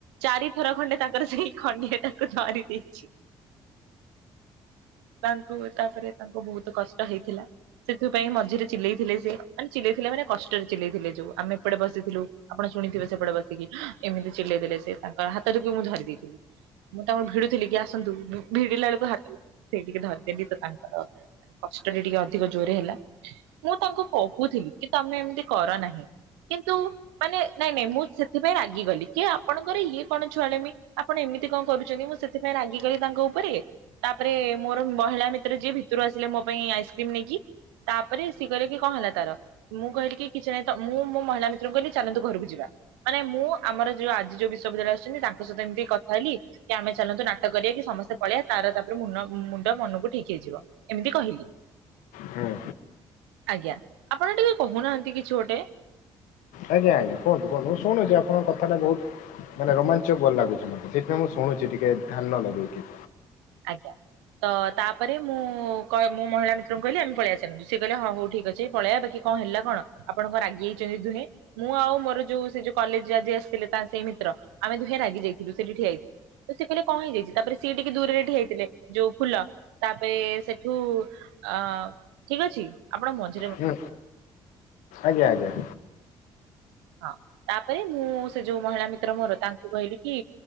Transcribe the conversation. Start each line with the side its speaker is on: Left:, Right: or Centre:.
Right: ଚାରି ଥର ଖଣ୍ଡେ ତାଙ୍କର ସେଇ ଖଣ୍ଡିଆ ଟାକୁ ଧରି ଦେଇଚି। ତାଙ୍କୁ ତାପରେ ତାଙ୍କୁ ବହୁତ କଷ୍ଟ ହେଇଥିଲା। ସେଥିପାଇଁ ମଝିରେ ଚିଲେଇଥିଲେ ସେ ମାନେ ଚିଲେଇଥିଲେ ମାନେ କଷ୍ଟରେ ଚିଲେଇଥିଲେ ଯୋଉ ଆମେ ଏପଟେ ବସିଥିଲୁ। ଆପଣ ଶୁଣିଥିବେ ସେପଟେ ବସିକି ଏମିତି ଚିଲେଇ ଦେଲେ ସେ ତାଙ୍କର ହାତ ଟିକୁ ମୁଁ ଧରି ଦେଇଥିଲି। ମୁଁ ତାଙ୍କୁର ଭିଡୁଥିଲି କି ଆସନ୍ତୁ ଭିଡିଲା ବେଳକୁ ହାତ ସେଇଠିକି ଧରିଦେଲି ତ ତାଙ୍କର ତାଙ୍କୁ କଷ୍ଟ ହିଁ ଟିକେ ଅଧିକ ଜୋରେ ହେଲା। ମୁଁ ତାଙ୍କୁ କହୁଥିଲି କି ତମେ ଏମିତି କର ନାହିଁ କିନ୍ତୁ ମାନେ ନାଇଁ ନାଇଁ ମୁଁ ସେଥିପାଇଁ ରାଗିଗଲି କିଏ ଆପଣଙ୍କର ଇଏ କଣ ଛୁଆ ଳାମି ଆପଣ ଏମିତି କଣ କରୁଛନ୍ତି ମୁଁ ସେଥିପାଇଁ ରାଗିଗଲି ତାଙ୍କ ଉପରେ ତାପରେ ମୋର ମହିଳା ମିତ୍ର ଯିଏ ଭିତରୁ ଆସିଲେ ମୋ ପାଇଁ ଆଇସ୍କ୍ରିମ୍ ନେଇକି ତାପରେ ସି କହିଲେ କି କଣ ହେଲା ତାର ମୁଁ କହିଲି କିଛି ନାହିଁ ମୁଁ ମୋ ମହିଳା ମିତ୍ରଙ୍କୁ କହିଲି ଚାଲନ୍ତୁ ଘରକୁ ଯିବା। ମାନେ ମୁଁ ଆମର ଯୋଉ ଆଜି ଯୋଉ ବିଶ୍ୱବିଦ୍ୟାଳୟ ଆସୁଚନ୍ତି ତାଙ୍କ ସହିତ ଏମିତି କଥା ହେଲି କି ଆମେ ଚାଲନ୍ତୁ ନାଟ କରିବା କି ସମସ୍ତେ ପଳେଇ ତାର ତାପରେ ମୁନ ମୁଣ୍ଡ ମନକୁ ଠିକ୍ ହେଇଯିବ। ଏମିତି କହିଲି
Left: ହୁଁ
Right: ଆଜ୍ଞା ଆପଣ ଟିକେ କହୁନାହାନ୍ତି କିଛି ଗୋଟେ।
Left: ଆଜ୍ଞା ଆଜ୍ଞା କୁହନ୍ତୁ କୁହନ୍ତୁ ମୁଁ ଶୁଣୁଚି ଆପଣଙ୍କ କଥାଟା ବହୁତ୍ ମାନେ ରୋମାଞ୍ଚକ ଭଲ ଲାଗୁଚି ମତେ ସେଥିପାଇଁ ମୁଁ ଶୁଣୁଚି ଟିକେ ଧ୍ୟାନ ଲଗେଇକି।
Right: ଆଜ୍ଞା। ତ ତା ପରେ ମୁଁ କ ମୁଁ ମହିଳା ମିତ୍ରଙ୍କୁ କହିଲି ଆମେ ପଳେଇବା ସେମିତି ସେ କହିଲେ ହଉ ହଉ ଠିକ୍ ଅଛି ପଳେଇବା ବାକି କଣ ହେଲା କଣ ଆପଣଙ୍କ ରାଗି ଯାଇଚନ୍ତି ଦୁହେଁ? ମୁଁ ଆଉ ମୋର ଯୋଉ ସେ ଯୋଉ କଲେଜ ଆଜି ଆସିଥିଲେ ତା ସେଇ ମିତ୍ର ଆମେ ଦୁହେଁ ରାଗି ଯାଇଥିଲୁ ସେଠି ଠିଆ ହେଇଥିଲୁ। ତ ସେ କହିଲେ କଣ ହେଇଯାଇଚି। ତା ପରେ ସିଏ ଟିକେ ଦୂରରେ ଠିଆ ହେଇଥିଲେ ଯୋଉ ଫୁଲ ତା ପରେ ସେଠୁ ଆଁ ଠିକ ଅଛି ଆପଣ ମଝ୍
Left: ହୁଁ ଆଜ୍ଞା ଆଜ୍ଞା।
Right: ହଁ ତା ପରେ ମୁଁ ସେ ଯୋଉ ମହିଳା ମିତ୍ର ମୋର ତାଙ୍କୁ କହିଲି କି